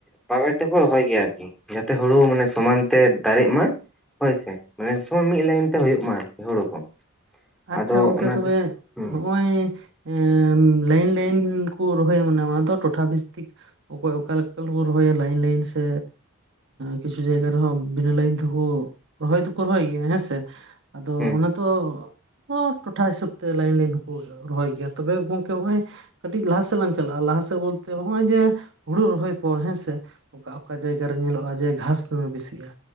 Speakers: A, in the centre; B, on the right.
A: ᱵᱟᱵᱮᱨ ᱛᱮᱠᱚ ᱨᱚᱦᱚᱭ ᱜᱮᱭᱟ ᱟᱨᱠᱤ᱾ ᱡᱟᱛᱮ ᱦᱩᱲᱩ ᱢᱟᱱᱮ ᱥᱚᱢᱟᱱ ᱛᱮ ᱫᱟᱨᱤᱜ ᱢᱟ ᱦᱳᱭᱥᱮ᱾ ᱢᱟᱱᱮ ᱥᱚ ᱢᱤᱫ ᱞᱟᱭᱤᱱ ᱛᱮ ᱦᱳᱭᱳᱜ ᱢᱟ ᱟᱨᱠᱤ ᱦᱩᱲᱩ ᱠᱚ᱾ ᱟᱫᱚ
B: ᱟᱪᱪᱷᱟ ᱜᱚᱝᱠᱮ
A: ᱚᱱᱟᱛᱮ
B: ᱛᱚᱵᱮ
A: ᱦᱩᱸ
B: ᱦᱚᱜᱼᱚᱭ ᱮᱸ ᱞᱟᱹᱭᱤᱱ ᱞᱟᱹᱭᱤᱱ ᱠᱚ ᱨᱚᱦᱚᱭᱟ ᱢᱟᱱᱮ ᱚᱱᱟ ᱫᱚ ᱴᱚᱴᱷᱟ ᱵᱷᱤᱛᱛᱤᱠ ᱚᱠᱚᱭ ᱚᱠᱟ ᱞᱮᱠᱠᱚ ᱨᱚᱦᱚᱭᱟ ᱞᱟᱭᱤᱱ ᱞᱟᱭᱤᱱ ᱥᱮ ᱠᱤᱪᱷᱩ ᱡᱟᱭᱜᱟ ᱨᱮᱦᱚᱸ ᱵᱤᱱᱟᱹ ᱞᱟᱹᱭᱤᱱ ᱛᱮᱠᱚ ᱨᱚᱦᱚᱭ ᱫᱚᱠᱚ ᱨᱚᱦᱚᱭ ᱜᱮᱭᱟ ᱦᱮᱸᱥᱮ᱾ ᱛᱚ
A: ᱦᱩᱸ
B: ᱚᱱᱟ ᱛᱚ ᱥᱚᱯ ᱴᱚᱴᱷᱟ ᱦᱤᱥᱟᱹᱵ ᱛᱮ ᱞᱟᱭᱤᱱ ᱞᱟᱭᱤᱱ ᱦᱚᱸᱠᱚ ᱨᱚᱦᱚᱭ ᱜᱮᱭᱟ ᱛᱚᱵᱮ ᱜᱚᱝᱠᱮ ᱱᱚᱜᱼᱚᱭ ᱠᱟᱹᱴᱤᱡ ᱞᱟᱦᱟ ᱥᱮᱫ ᱞᱟᱝ ᱪᱟᱞᱟᱜᱼᱟ ᱞᱟᱦᱟ ᱥᱮᱫ ᱵᱚᱞᱛᱮ ᱱᱚᱜᱼᱚᱭ ᱡᱮ ᱦᱩᱲᱩ ᱨᱚᱦᱚᱭ ᱯᱚᱨ ᱦᱮᱸᱥᱮ᱾ ᱚᱠᱟ ᱚᱠᱟ ᱡᱟᱭᱜᱟ ᱨᱮ ᱧᱮᱞᱚᱜᱼᱟ ᱡᱮ ᱜᱷᱟᱸᱥ ᱫᱚᱢᱮ ᱵᱮᱥᱤᱜᱼᱟ᱾